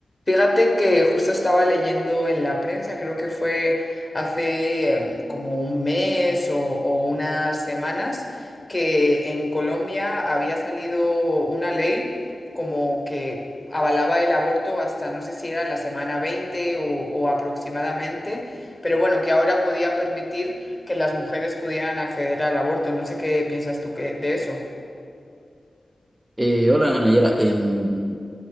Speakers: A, on the left (about 15°); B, on the right (about 20°).
A: Fíjate que justo estaba leyendo en la prensa, creo que fue hace em, como un mes o, o unas semanas, que en Colombia había salido una ley como que avalaba el aborto hasta no sé si era la semana 20 o, o aproximadamente, pero bueno, que ahora podía permitir que las mujeres pudieran acceder al aborto. No sé qué piensas tú que, de eso.
B: Eh, hola Nayara, Em,